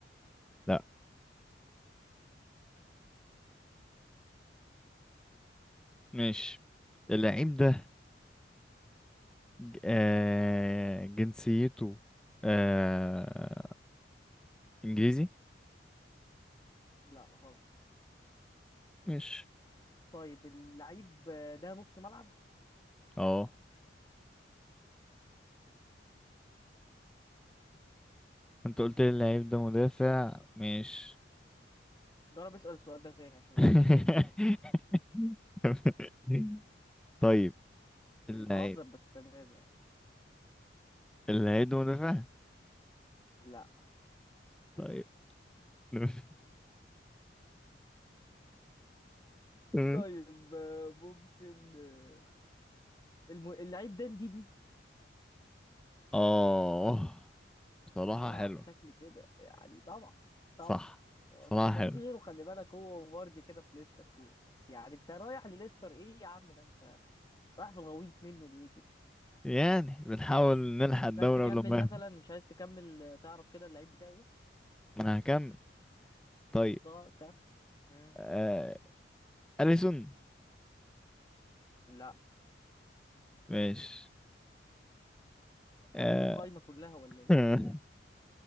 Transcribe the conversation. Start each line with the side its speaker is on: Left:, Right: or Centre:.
Centre: لا ماشي اللعيب ده ج- آه جنسيته آه انجليزي
Left: لا غلط
Centre: ماشي
Left: طيب اللعيب آه، ده نص ملعب
Centre: اه انت قلت لي اللعيب ده مدافع ماشي
Left: جرب اسأل السؤال ده تاني عشان
Centre: <laughs>
Left: لو عايز تتأكد
Centre: <laughs> طيب اللعيب
Left: مش بهزر بس تمام يعني
Centre: اللعيب ده مدافع
Left: لا <laughs>
Centre: طيب <laughs> تمام.
Left: طيب آه، ممكن آه، الم... اللعيب ده دي
Centre: اه صراحة
Left: اه
Centre: حلوة
Left: شكل كده يعني طبعا طبعا
Centre: صح
Left: مفيش
Centre: صراحة
Left: مفيش
Centre: حلوة
Left: غيره خلي بالك هو وفاردي كده في ليستر تو بس يعني انت رايح لليستر ايه يا عم ده انت رايح في الغويط منه ليه كده
Centre: يعني بنحاول نلحق الدورة
Left: مش عايز تكمل
Centre: ولو مهم
Left: مثلا مش عايز تكمل آه، تعرف كده اللعيب بتاعي ايه؟
Centre: ما انا هكمل طيب
Left: طب كم مم.
Centre: آه... أليسون
Left: لا
Centre: ماشي
Left: انت
Centre: آه...
Left: هتقول القايمه كلها ولا ايه
Centre: <laughs>